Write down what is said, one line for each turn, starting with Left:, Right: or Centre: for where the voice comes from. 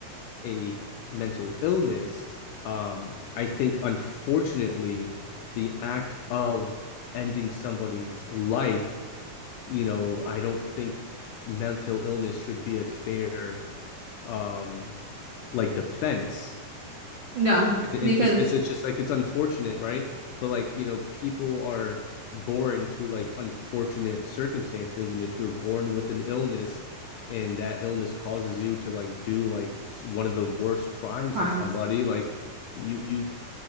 Left: a mental illness, um, I think unfortunately the act of ending somebody's life you know, I don't think mental illness should be a fair um like defense.
Right: no,
Left: And, and
Right: because
Left: just it's, it's just like it's unfortunate, right? But like, you know, people are born to like unfortunate circumstances and if you're born with an illness and that illness causes you to like do like one of the worst crimes
Right: crimes.
Left: to somebody like you you